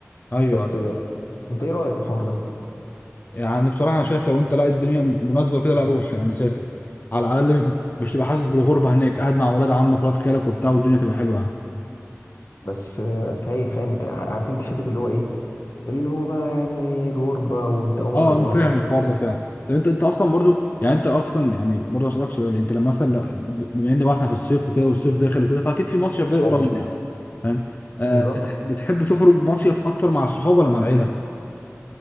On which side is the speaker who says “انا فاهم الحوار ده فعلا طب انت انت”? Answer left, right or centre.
Left